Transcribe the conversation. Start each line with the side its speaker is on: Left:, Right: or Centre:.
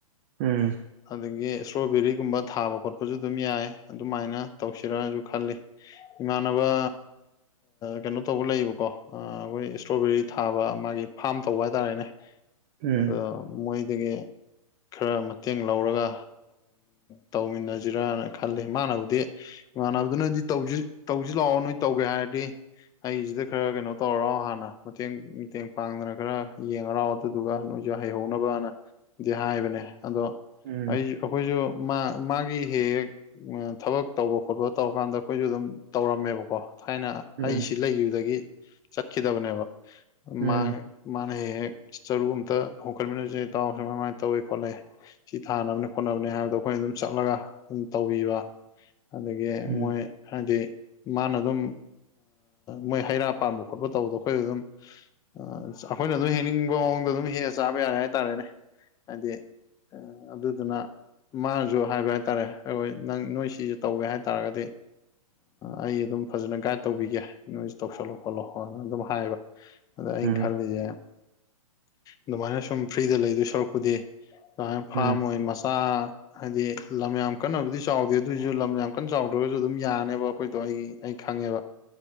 Right: ꯎꯝ
Left: ꯑꯗꯒꯤ ꯏꯁꯇ꯭ꯔꯣꯕꯦꯔꯤꯒꯨꯝꯕ ꯊꯥꯕ ꯈꯣꯠꯄꯁꯨ ꯑꯗꯨꯝ ꯌꯥꯏ ꯑꯗꯨꯃꯥꯏꯅ ꯇꯧꯁꯤꯔꯁꯨ ꯈꯜꯂꯤ ꯏꯃꯥꯟꯅꯕ ꯀꯩꯅꯣ ꯇꯧꯕ ꯂꯩꯌꯦꯕꯀꯣ ꯑꯩꯈꯣꯏ ꯏꯁꯇ꯭ꯔꯣꯕꯦꯔꯤ ꯊꯥꯕ ꯃꯥꯒꯤ ꯐꯥꯝ ꯇꯧꯕ ꯍꯥꯏꯇꯥꯔꯦꯅꯦ
Right: ꯎꯝ
Left: ꯑꯗꯣ ꯃꯣꯏꯗꯒꯤ ꯈꯔ ꯃꯇꯦꯡ ꯂꯧꯔꯒ ꯇꯧꯃꯤꯟꯅꯖ ꯁꯤꯔꯅ ꯈꯜꯂꯤ ꯏꯃꯥꯟꯅꯕꯗꯤ ꯏꯃꯥꯟꯅꯕꯗꯨꯅꯗꯤꯁꯤ ꯇꯧꯁꯤ ꯂꯥꯛꯑꯣ ꯅꯣꯏ ꯇꯧꯒꯦ ꯍꯥꯏꯔꯗꯤ ꯑꯩꯁꯤꯗ ꯈꯔ ꯀꯩꯅꯣ ꯇꯧꯔꯔꯥꯎ ꯍꯥꯟꯅ ꯃꯇꯦꯡ ꯃꯇꯦꯡ ꯄꯥꯡꯗꯅ ꯈꯔ ꯌꯦꯡꯉꯔꯑꯣ ꯑꯗꯨꯗꯨꯒ ꯅꯣꯏꯁꯨ ꯍꯩꯍꯧꯅꯕꯅꯗꯤ ꯍꯥꯏꯕꯅꯦ ꯑꯗꯣ
Right: ꯎꯝ
Left: ꯑꯩꯁꯨ ꯑꯩꯈꯣꯏꯁꯨ ꯃꯥ ꯃꯥꯒꯤ ꯍꯦꯛ ꯍꯦꯛ ꯊꯕꯛ ꯇꯧꯕ ꯈꯣꯠꯄ ꯇꯧꯔꯀꯥꯟꯗ ꯑꯩꯈꯣꯏꯁꯨ ꯑꯗꯨꯝ ꯇꯧꯔꯝꯃꯦꯕꯀꯣ ꯊꯥꯏꯅ
Right: ꯎꯝ
Left: ꯑꯩꯁꯤ ꯂꯩꯈꯤꯕꯗꯒꯤ ꯆꯠꯈꯤꯗꯕꯅꯦꯕ
Right: ꯎꯝ
Left: ꯃꯥꯥꯡ ꯃꯥꯅ ꯍꯦꯛ ꯍꯦꯛ ꯆꯔꯨ ꯑꯝꯇ ꯍꯣꯡꯒꯠꯃꯤꯟꯅꯁꯦ ꯇꯥꯎ ꯁꯨꯃꯥꯏꯃꯥꯏꯅ ꯇꯧꯏꯑ ꯈꯠꯂꯦ ꯁꯤ ꯊꯥꯅꯕꯅꯦ ꯈꯣꯠꯅꯕꯅꯤ ꯍꯥꯏꯕꯗꯣ ꯑꯩꯈꯣꯏꯅ ꯑꯗꯨꯝ ꯆꯠꯂꯒ ꯑꯗꯨꯝ ꯇꯧꯕꯤꯕ ꯑꯗꯒꯤ
Right: ꯎꯝ ꯎꯝ
Left: ꯃꯣꯏ ꯍꯥꯏꯗꯤ ꯃꯥꯅ ꯑꯗꯨꯝ ꯃꯣꯏ ꯍꯩꯔꯥ ꯄꯥꯟꯕ ꯈꯣꯠꯄ ꯇꯧꯕꯗꯣ ꯑꯩꯈꯣꯏ ꯑꯗꯨꯝ ꯑꯩꯈꯣꯏꯅ ꯑꯗꯨꯝ ꯍꯦꯛꯅꯤꯡꯕ ꯃꯑꯣꯡꯗ ꯑꯗꯨꯝ ꯍꯦꯛꯑ ꯆꯥꯕ ꯌꯥꯔꯦ ꯍꯥꯏꯇꯥꯔꯦꯅꯦ ꯍꯥꯏꯗꯤ ꯑꯗꯨꯗꯨꯅ ꯃꯥꯅꯁꯨ ꯍꯥꯏꯕ ꯍꯥꯏꯇꯥꯔꯦ ꯑꯩꯈꯣꯏ ꯅꯪ ꯅꯣꯏ ꯁꯤꯁꯨꯦ ꯇꯧꯒꯦ ꯍꯥꯏꯇꯥꯔꯒꯗꯤ ꯑꯩ ꯑꯗꯨꯝ ꯐꯖꯅ ꯒꯥꯏꯗ ꯇꯧꯕꯤꯒꯦ ꯅꯣꯏꯁ ꯇꯧꯁꯜꯂꯣ ꯈꯣꯠꯂꯣꯅ ꯑꯗꯨꯝ ꯍꯥꯏꯕ ꯑꯗ ꯑꯩꯅ ꯈꯜꯂꯤꯁꯦ
Right: ꯎꯝ
Left: ꯑꯗꯨꯃꯥꯏꯅ ꯁꯨꯝ ꯐ꯭ꯔꯤꯗ ꯂꯩꯗꯣꯏ ꯁꯣꯔꯔꯛꯄꯨꯗꯤ ꯑꯗꯨꯃꯥꯏꯅ ꯐꯥꯝ
Right: ꯎꯝ
Left: ꯑꯣꯏ ꯃꯆꯥ ꯍꯥꯏꯗꯤ ꯂꯝ ꯌꯥꯝ ꯀꯟꯅꯕꯨꯗꯤ ꯆꯥꯎꯗꯦ ꯑꯗꯨꯑꯣꯏꯁꯨ ꯂꯝ ꯌꯥꯝ ꯀꯟꯅ ꯆꯥꯎꯗ꯭ꯔꯒꯁꯨ ꯑꯗꯨꯝ ꯌꯥꯅꯦꯕ ꯑꯩꯈꯣꯏꯗꯣ ꯑꯩ ꯑꯩ ꯈꯪꯉꯦꯕ